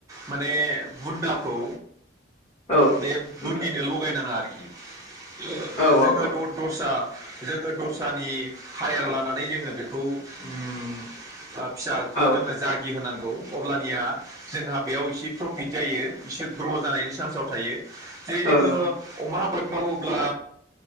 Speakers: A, on the right; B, on the left.
A: माने बुन्दाखौ
B: औ।
A: बे
B: नोंथां
A: बुन्दिनो लगायनाङा आरोखि <unintelligible>
B: औ
A: बेजोङो
B: औ
A: द- दस्रा जोङो दस्रानि हायार लानानै जोङो बेखौ उम ओम फिसाखौ
B: औ औ
A: जोङो जागि होनांगौ अब्लानिया जोंहा बेयाव एसे प्रफिट जायो एसे ग्र' जानायनि चान्सआव थायो जेरै
B: औ
A: जोङो
B: नोंथां
A: अमा आबाद मावोब्ला